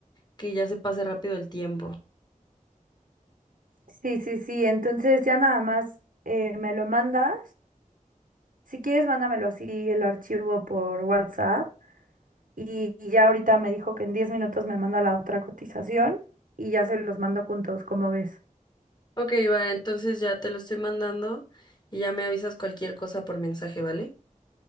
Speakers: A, on the left; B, on the right.
A: que ya se pase rápido el tiempo.
B: Sí, sí, sí. Entonces ya nada más eh, me lo mandas. Si quieres, mándamelo así el archivo por WhatsApp Y y ya ahorita me dijo que en 10 minutos me manda la otra cotización y ya se los mando juntos, como ves.
A: Ok, va, entonces ya te lo estoy mandando y ya me avisas cualquier cosa por mensaje, ¿vale?